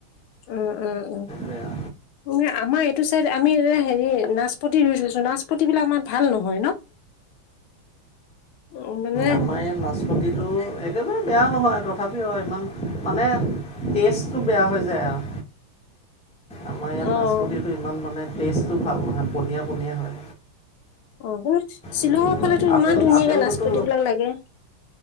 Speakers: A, on the left (about 75°); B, in the centre.
A: উম উম উম।
B: এয়া
A: এ আমাৰ এইটো চাইড আমি এ হেৰি নাচপতি ৰুই থৈছো নাচ পতিবিলাক আমাৰ ভাল নহয় ন। উম মানে
B: আমাৰ নাচপতিটো একেবাৰে বেয়া নহয় তথাপিও ইমান মানে টেষ্টটো বেয়া হৈ যায় আৰু। আমাৰ ইয়াত
A: অ',
B: নাচপতিটো ইমান মানে টেষ্টটো ভাল নহয় পনীয়া পনীয়া হয়।
A: উম শ্বিলঙৰ
B: কিন্তু
A: ফালেতো ইমান
B: আপেল
A: ধুনীয়াকে
B: আপেলটোতো
A: নাচপতি বিলাক লাগে।